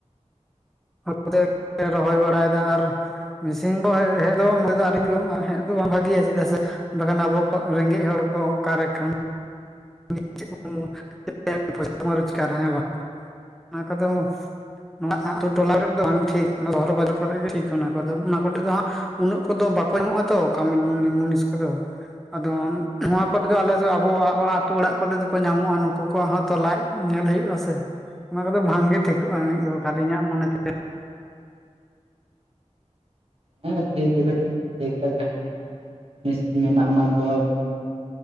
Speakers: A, in the centre; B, on the right.
A: ᱟᱯᱮ ᱫᱚ <inaudible> ᱯᱮ ᱨᱚᱦᱚᱭ ᱵᱟᱲᱟᱭ ᱫᱟ ᱟᱨ ᱢᱮᱥᱤᱱ ᱠᱚ ᱦᱮᱡ ᱦᱮᱡ ᱫᱚ ᱚᱸᱰᱮ ᱫᱚ ᱟᱨ ᱦᱤᱡᱩᱜᱼᱟᱢ ᱦᱮᱡ ᱫᱚ ᱵᱟᱝ ᱵᱷᱟᱜᱮᱭᱟ, ᱪᱮᱫᱟᱜ ᱥᱮ ᱵᱟᱠᱷᱟᱱ ᱟᱵᱚ ᱠᱚ ᱨᱮᱸᱜᱮᱡ ᱦᱚᱲ ᱠᱚ ᱚᱠᱟᱨᱮ ᱠᱷᱟᱱ <inaudible> ᱯᱚᱭᱥᱟ ᱨᱳᱡᱽᱜᱟᱨᱟ ᱦᱮᱸ ᱵᱟᱝ ᱚᱱᱟ ᱠᱚᱫᱚ ᱱᱚᱣᱟ ᱟᱛᱳ ᱴᱚᱞᱟ ᱠᱚᱨᱮ ᱫᱚ ᱵᱟᱝ ᱴᱷᱤᱠ ᱥᱚᱦᱚᱨ ᱵᱟᱡᱟᱨ ᱠᱚᱨᱮ ᱜᱮ ᱴᱷᱤᱠ ᱚᱱᱟ ᱠᱚ ᱚᱱᱟ ᱠᱚᱨᱮ ᱫᱚ ᱦᱟᱸᱜ ᱩᱱᱟᱹᱜ ᱠᱚᱫᱚ ᱵᱟᱠᱚ ᱮᱢᱚᱜᱼᱟ ᱛᱚ ᱠᱟᱹᱢᱤᱤ ᱢᱩᱱᱤᱥ ᱠᱚᱫᱚ ᱟᱫᱚ ᱱᱚᱣᱟ ᱠᱚᱨᱮ ᱫᱚ ᱟᱞᱮᱥ ᱟᱵᱚᱣᱟᱜ ᱛᱳ ᱚᱲᱟᱜ ᱠᱚᱨᱮ ᱫᱚᱠᱚ ᱧᱟᱢᱚᱜᱼᱟ, ᱱᱩᱠᱩ ᱠᱚᱣᱟᱜ ᱦᱚᱸ ᱛᱚ ᱞᱟᱡ ᱧᱮᱞ ᱦᱩᱭᱩᱜᱼᱟ ᱥᱮ, ᱚᱱᱟ ᱠᱚᱫᱚ ᱵᱟᱝ ᱜᱮ ᱴᱷᱤ ᱠᱟᱹᱼᱟ ᱢᱤ-ᱦᱚ ᱚᱠᱟᱨᱮ ᱤᱧᱟᱹᱜ ᱢᱚᱱᱮ ᱛᱮ
B: ᱦᱮᱸ ᱴᱷᱤᱠ ᱜᱮᱵᱮᱱ ᱞᱟᱹᱭ ᱠᱟᱜᱼᱟ ᱡᱟᱦᱟᱸ ᱵᱤᱥᱮ ᱮᱢᱟᱜᱼᱟ ᱚᱱᱟ ᱫᱚ